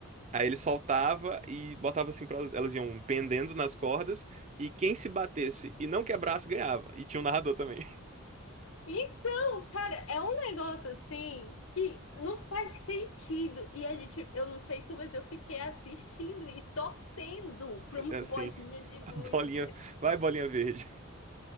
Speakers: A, on the right; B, on the left.
A: aí ele soltava e botava assim para elas, elas iam pendendo nas cordas, e quem se batesse e não quebrasse ganhava. E tinha um narrador também.
B: Então, cara, é um negócio assim que não faz sentido. E a gente, eu não sei tu, mas eu fiquei assistindo e torcendo pra uma
A: Assim,
B: <laughs> bolinha de
A: <laughs> a
B: gude.
A: bolinha. Vai, bolinha verde.